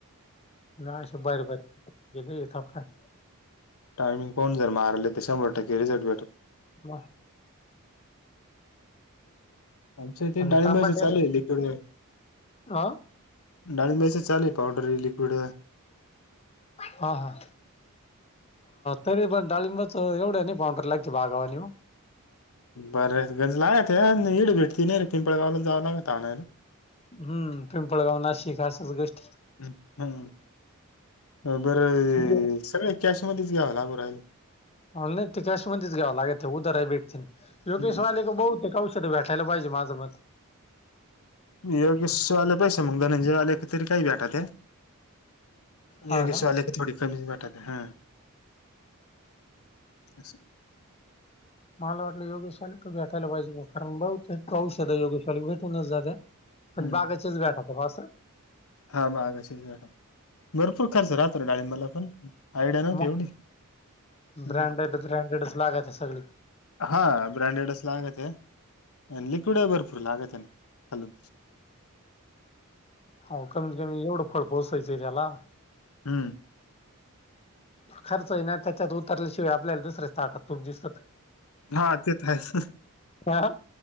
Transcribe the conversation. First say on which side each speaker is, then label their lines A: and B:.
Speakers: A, on the left; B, on the left.
A: नाही अशा बर बर ग येत काय.
B: टायमिंग कोण जर मारले तर शंभर टके रझट भेट
A: वा.
B: आमच्या इथे
A: आणि
B: डाळिंबाच
A: तांबट
B: चालू आहेलकड
A: हा
B: ाणी मैस चाले पावडर ह लिक्विड
A: हा हा. तरी पण ािमब तर एवढे नाही फाउंडररी लागे भाग आणि हो.
B: बरं गंज लागत हीड भेटती नाही रे पिंपळगावला जावं लागत आणा
A: हम्म पिंपळगाव नाशिक खााच गोष्ट
B: <unintelligible>
A: अहो, नाही ते कॅशमध्येध्येच्यावं लागेत ते उदर भेटते योगेश
B: हम्म
A: वाले का बह ते कश भेटायला पाहिे माझं मत
B: योग आले पैसे मग धनंजय आले तरी काही भेटत हे. ये
A: हा
B: गे
A: का
B: सवाले थोडी फम बठ हा अस.
A: मला वाटलं योगशाले तर भेटायला पाहिजे कारण ब ते पाऊषध आहे योगशाले भेटूनच ज द्या. पण
B: हम्म
A: बागाचेच भेटा बसं.
B: हा बागाशीच भरपूर खर्च राहतो डाळंबाला पण.. आयडिया नव्हती
A: मग
B: एवढी. हम्म.
A: ब्रँडेड ब्रँडेड लागत सगळी..
B: हा ब्रँडेड अस लागत आहे लिक्विड आहे भरपूर लागत आहे ना खालून
A: हो कमीत कमी एवढं फळ पोसायचं रला
B: हम्म.
A: खर्च आहे ना त्याच्यात उतरल्याशिवाय आपल्याला दुसर्या स्टाटात तूप दिसत.
B: हा ते तर आहेच
A: ह